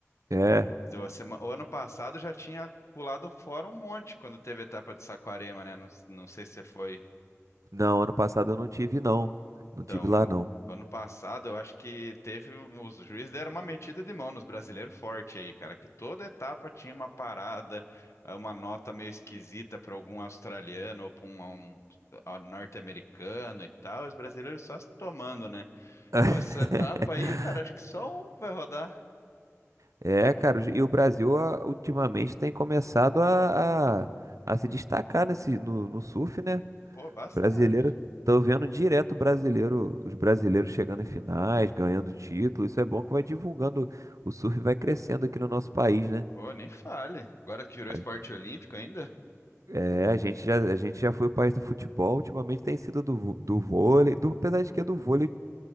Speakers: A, on the right; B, on the left.
A: É.
B: Do- sema- O ano passado já tinha pulado fora um monte quando teve a etapa de Saquarema, né? Não, não sei se você foi.
A: Não, ano passado eu não tive não. Não
B: Então,
A: tive lá
B: ano,
A: não.
B: ano passado eu acho que teve um- os juízes deram uma metida de mão nos brasileiros forte aí, cara, que toda etapa tinha uma parada, eh, uma nota meio esquisita para algum australiano ou para um, um- ah, norte-americano e tal, os brasileiros só se tomando, né?
A: <laughs>
B: Pô, essa etapa aí, cara, acho que só um vai rodar.
A: É, cara, e o Brasil ah, ultimamente tem começado a, a, a se destacar nesse, no, no surf, né?
B: Pô, bastante.
A: Brasileiro, tô vendo direto brasileiro, os brasileiros chegando em finais, ganhando título. Isso é bom que vai divulgando, o surf vai crescendo aqui no nosso país, né?
B: Pô, nem fale. Agora que virou
A: A-
B: esporte olímpico ainda,
A: É, a gente já, a gente já foi o país do futebol, ultimamente tem sido do, vô- do vôlei, do- apesar de que do vôlei